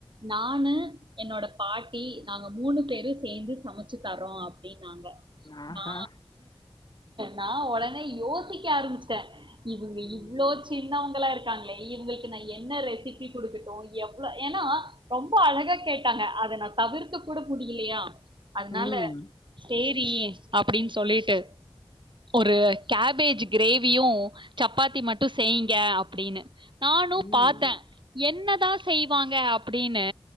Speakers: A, on the right; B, on the left.
A: நானு என்னோட பாட்டி நாங்க மூணு பேரு சேந்து சம ச்சு தர்றோ அப்டின்னாங்க
B: ஆஹா
A: நா நா ஒடனே யோசிக்க ஆரம்ச்ட்டே இவுங்க
B: ம்
A: இவ்ளோ சின்னவங்களா இருக்காங்ளே இவ்ங்ளுக்கு நா என்ன ரெசிபி குடுக்கட்டு எவ்ளோ ஏன்னா ரொம்ப அழகா கேட்டாங்க அத நா பகிர்ந்துக் கூட முடியலையா அதனால
B: ம்
A: சேரி அப்டின்னு சொல்லிட்டு ஒரு கேபேஜ் கிரேவியு சப்பாத்தி மட்டு செய்ங்க அப்டின்னு நானு
B: ம்
A: பாத்தே என்னதா செய்வாங்க அப்டின்னு